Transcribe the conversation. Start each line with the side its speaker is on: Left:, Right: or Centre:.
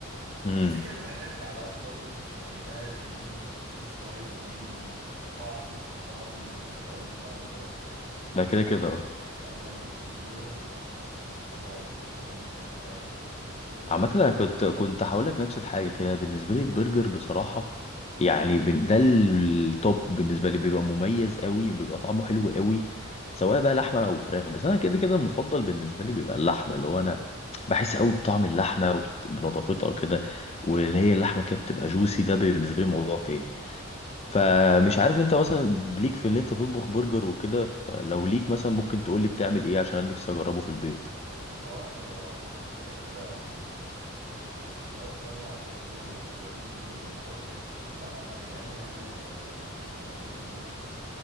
Left: امم
Right: مش فكرة بحب على قد برضو يعني ده ليه ليه ستايل وليه طعم وده طبعا ليه ستايل وليه طعم تاني
Left: ده كده كده اه
Right: هما الاتنين دول يعني ممكن عادي اكمل بيهم حياتي مش اي
Left: عامة
Right: مانع
Left: انا كنت كنت هقول لك نفس الحاجة كده بالنسبة لي البرجر بصراحة يعني بن- ده التوب بالنسبه لي بيبقى مميز قوي وبيبقى طعمه حلو قوي سواء بقى لحمه او فراخ بس انا كده كده المفضل بالنسبه لي بيبقى اللحمه اللي هو انا بحس قوي بطعم اللحمه وبت- بنضافتها كده واللي هي اللحمه كده بتبقى جوسي ده بالنسبه لي موضوع تاني فمش عارف انت مثلا ليك في ان انت تطبخ برجر وكده فلو ليك مثلا ممكن تقول لي بتعمل ايه عشان انا نفسي اجربه في البيت
Right: اه انا كده كده يعني مش شرط انا على طول لما بجيب برجر بطلبه لا انا ياما ياما ب... يعني بعمله في البيت